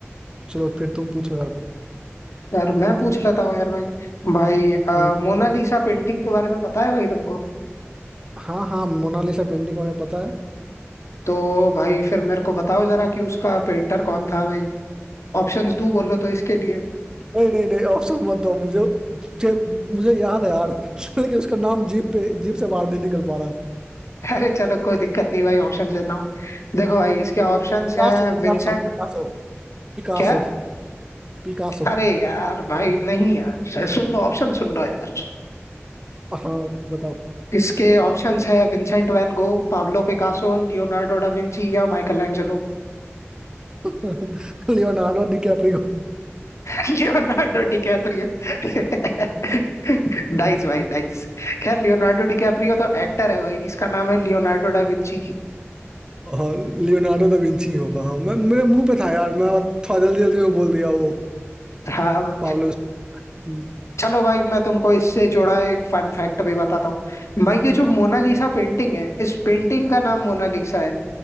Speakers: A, on the right (about 15°); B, on the left (about 80°).
A: चलो फिर तुम पूछो यार
B: यार मैं पूछ लेता हूँ यार भाई भाई आ,
A: हम्म,
B: मोनालिसा पेंटिंग के बारे में पता है भाई तुमको
A: हाँ हाँ मोनालिसा पेंटिंग मुझे पता है
B: तो भाई फिर मेरे को बताओ जरा कि उसका पेंटर कौन था भाई ऑप्शंस दू बोलो तो इसके लिए
A: नहीं नहीं नहीं ऑप्शन मत दो मुझे मुझे मुझे याद है यार <laughs> लेकिन उसका नाम जीप पे जीप से बाहर नहीं निकल पा रहा है
B: <laughs> अरे चलो कोई दिक्कत नहीं भाई ऑप्शंस देता हूँ देखो भाई इसके ऑप्शंस
A: Picasso
B: हैं
A: Picasso
B: विंसेंट
A: Picasso Picasso
B: क्या
A: Picasso
B: अरे यार भाई नहीं यार सुन लो ऑप्शन सुन लो यार
A: हाँ बताओ
B: इसके ऑप्शंस है Vincent van Gogh Pablo Picasso Leonardo da Vinci या Michael Angelo
A: <laughs> Leonardo DiCaprio
B: <laughs> Leonardo DiCaprio <laughs> Nice भाई नाइस खैर लियोनार्डो डिकैप्रियो तो एक्टर है भाई इसका नाम है लियोनार्डो डा विंची
A: और लियोनार्डो दा विंची होगा हाँ मैं मेरे मुंह पे था यार मैं थोड़ा जल्दी जल्दी में बोल दिया वो
B: हाँ भाई।
A: पाब्लो हम्म
B: चलो भाई मैं तुमको इससे जुड़ा एक फन फैक्ट भी बताता हूँ भाई ये जो मोनालिसा पेंटिंग है इस पेंटिंग का नाम मोनालिसा है